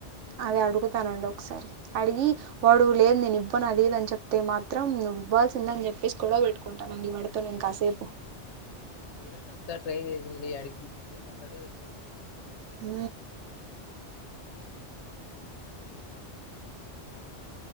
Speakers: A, on the right; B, on the left.
A: అది అడుగుతానండి ఒకసారి అడిగి వాడు లేదు నేను ఇవ్వను అదిది అని చెప్తే మాత్రం నువ్వు ఇవ్వాల్సిందని చెప్పేసి గడవ పెట్టుంటానండి వాడతో నేను కాసేపు
B: చూడండి ఒకసారి ట్రై చేసింది అడిగి ఏమంటాడుో చూడండి
A: హ